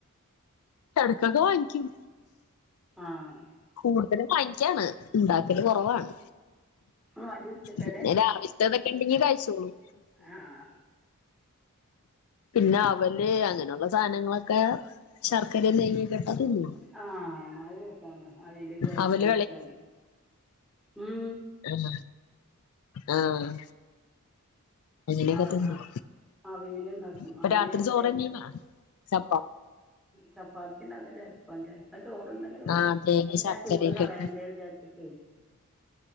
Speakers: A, on the left; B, in the centre.
A: എടക്കൊക്കെ വാങ്ങിക്കും
B: ആഹ്
A: കൂടുതലും വാങ്ങിക്കാണ് ഇണ്ടാക്കല് കൊറവാണ്
B: മടി പിടിച്ചിട്ടല്ലേ
A: പിന്ന രാവിൽത്തതൊക്കെ ഇണ്ടെങ്കി കഴിച്ചോളും
B: ആഹ്
A: പിന്ന അവല് അങ്ങനൊള്ള സാധനങ്ങളൊക്കെ ശർക്കരേം നെയ്യൊക്കിട്ട തിന്നും
B: ആഹ് അത് രസാണ് അവില് കൊഴച്ചെടുത്താല്
A: അവല്
B: മ്
A: ആഹ ആഹ് അങ്ങനൊക്കെ
B: അവ
A: തിന്നും
B: അ അവിയല്ണ്ടാക്കും
A: ഇപ്പ
B: അവിയല്
A: രാത്രി
B: ഞങ്ങള്
A: ചോറെന്നെയാണാ ചപ്പ
B: ചപ്പാത്തിണ്ടാക്കുവല്ലേ ചോറുണ്ടെങ്കിൽ ചോറ്
A: ആഹ്
B: കഴിക്കും
A: തേങ്ങേം
B: അല്ലേ പിന്നെ
A: ശർക്കരയൊക്കെ
B: ആ ചോറ് കളയണ്ടേ
A: ഇട്ട്
B: വിചാരിച്ചിട്ടെ